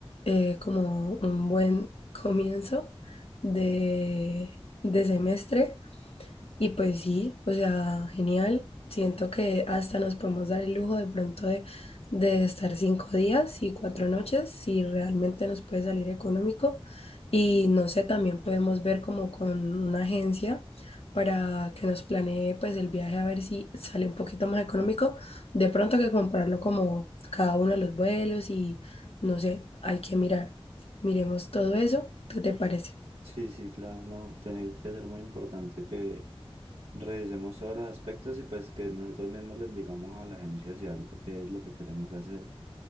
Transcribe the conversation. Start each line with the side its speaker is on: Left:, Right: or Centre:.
Left: eh, como un buen comienzo de, de semestre. Y pues sí, o sea, genial. Siento que hasta nos podemos dar el lujo de pronto de, de estar cinco días y cuatro noches, si realmente nos puede salir económico. Y no sé, también podemos ver como con una agencia para que nos planee pues el viaje a ver si sale un poquito más económico. De pronto que comprarlo como cada uno de los vuelos y no sé, hay que mirar. Miremos todo eso. ¿Qué te parece?
Right: Sí, sí, claro, no, tiene que ser muy importante que revisemos todos los aspectos y pues que nosotros mismos les digamos a la agencia si algo qué es lo que queremos hacer.